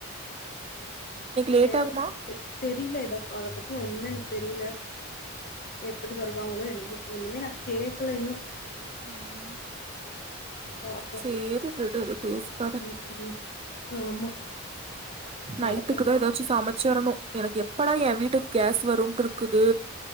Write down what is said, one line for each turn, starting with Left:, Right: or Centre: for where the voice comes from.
Left: <unintelligible>
Right: லேட் ஆகுமா
Left: தெரில ஏத அத பத்தி ஒண்ணுமே எனக்கு தெரில எப்டி வருவாங்ளோ என்னமோ ஒண்ணுமே நா கேக்கல இன்னு
Right: உம்
Left: பாப்போம்.
Right: சேரி விடு அத பேசிக்காத
Left: ம், ம். ஆமா
Right: நைட்டுக்கு
Left: நடக்கறது.
Right: தா ஏதாச்சு சமைச்சரணு எனக்கு எப்படா என் வீட்டுக் கேஸ் வரும்டிர்க்குது